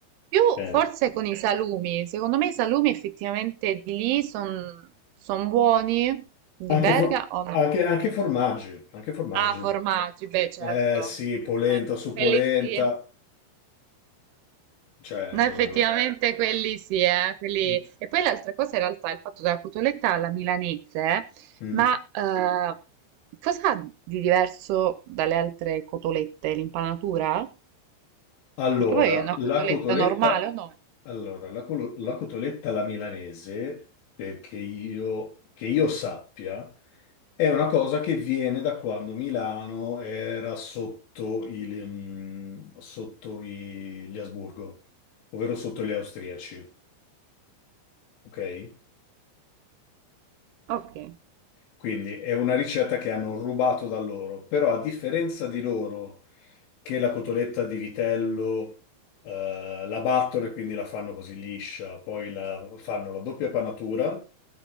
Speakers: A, on the right; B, on the left.
A: Più
B: eh,
A: forse con i salumi, secondo me i salumi effettivamente di lì sono buoni, di
B: anche,
A: Berga
B: fo-
A: o no?
B: anche anche formaggi, anche formaggi.
A: Ah, formaggi, beh certo,
B: Eh sì, polenta
A: certo,
B: su
A: per quelli
B: polenta,
A: sì.
B: cioè... eh,
A: No, effettivamente quelli sì, eh, quelli-
B: mm.
A: E poi l'altra cosa in realtà è il fatto della cotoletta alla milanese,
B: mm.
A: ma eh, cosa ha di diverso dalle altre cotolette? L'impanatura?
B: Allora,
A: Perché poi è una
B: la
A: cotoletta
B: cotoletta,
A: normale o no?
B: allora, la, colo- la cotoletta alla milanese, perché io, che io sappia, è una cosa che viene da quando Milano era sotto il, mm, sotto i- gli Asburgo, ovvero sotto gli austriaci, ok?
A: Ok.
B: Quindi è una ricetta che hanno rubato da loro, però a differenza di loro che la cotoletta di vitello eh, la battono e quindi la fanno così liscia, poi la- fanno la doppia panatura